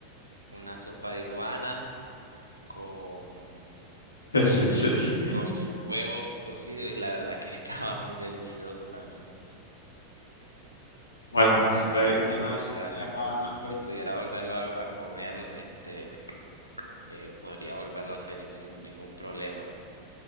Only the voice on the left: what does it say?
Es- es- es-
Bueno, la sopa
de
iguanas
sí
me llama
bastante.